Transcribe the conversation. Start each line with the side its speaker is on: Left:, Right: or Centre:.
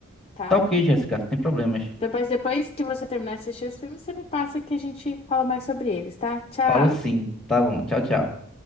Left: tá?
Centre: Tá ok, Jéssica, sem problemas.
Left: Depois, depois que você terminar de assistir os filmes, você me passa que a gente fala mais sobre eles, tá? Tchau!
Centre: Falo sim. Tá bom. Tchau, tchau.